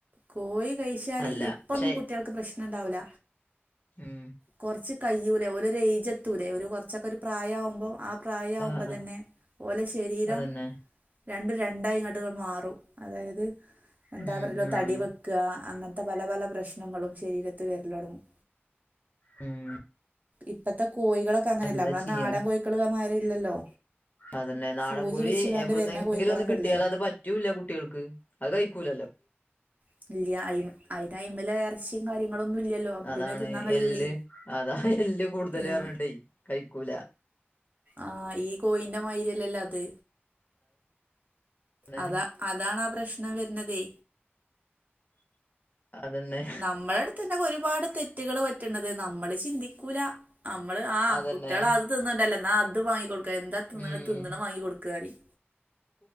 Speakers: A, on the right (about 40°); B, on the left (about 45°).
A: കോഴി കഴിച്ചാല്
B: അല്ല
A: ഇപ്പൊന്നും
B: പക്ഷെ
A: കുട്ടികൾക്ക് പ്രശ്നുണ്ടാകൂല
B: ഉം
A: കുറച്ച് കയ്യൂലെ ഓര ഒരു ഏജത്തൂലെ ഒരു കുറച്ചൊക്കെ ഒരു പ്രായംമാവുമ്പോൾ ആ പ്രായവുമ്പോ
B: ആഹ് ആഹ്
A: തന്നെ ഓലെ ശരീരം-
B: അതന്നെ
A: രണ്ടും രണ്ടായിങ്ങദിങ്ങാട് മാറും അതായത് എന്താ
B: ഉം
A: പറയ
B: ഉം
A: തടി വെക്കു ക അങ്ങനത്തെ പല പല പ്രശ്നങ്ങളും ശരീരത്ത് വേറലൊടുങ്ങും
B: ഉം
A: ഇപ്പത്തെ കോഴികളൊക്കെ അങ്ങനെയല്ല
B: എന്താ
A: നമ്മള
B: ചെയ്യാ
A: നാടൻ കോഴക്കള്മാരി ഇല്ലല്ലോ
B: അതന്നെ നാടൻകഴി
A: സൂചി വെച്ചുകാണ്ട്
B: എവിടുന്നെങ്കിലും
A: വരുന്ന കോഴിക്കളൊക്കെ
B: ഒന്ന് കിട്ടിയാലോ
A: അല്ലേ
B: അത് പറ്റ- പറ്റൂല്ല കുട്ടികൾക്ക് അത് കഴിക്കൂലല്ലോ?
A: ഇല്ല <unintelligible> കാര്യങ്ങളൊന്നും ഇല്ലല്ലോ അപ്പൊ
B: അതാണ്
A: പിന്നെ തിന്നാൻ കഴിയൂലേ
B: എല്ല് അതാ എല്ല് കൂടുതല്
A: ആ
B: പറഞ്ഞിട്ടെ കൈ- കുല
A: ആഹ ഈ കോയിന്റെ മായിരിഅല്ലല്ലോ അത്
B: <unintelligible>
A: അതാ അതാണ് ആ പ്രശ്നം വരുന്നതേ
B: അതന്നെ
A: നമ്മള അടുത്തന്നെ ഒരുപാട് തെറ്റുകൾ പറ്റണത് നമ്മള് ചിന്തിക്കൂല- നമ്മള് ആഹ്
B: അതന്നെ
A: കുട്ടികൾ അത് തിന്നണ്ടല്ലേ, ന്നാ അത് വാങ്ങി കൊടുക്ക എന്താ തിന്ന
B: ഉം
A: തിന്നണ വാങ്ങി കൊടുക്കന്ന് പറിം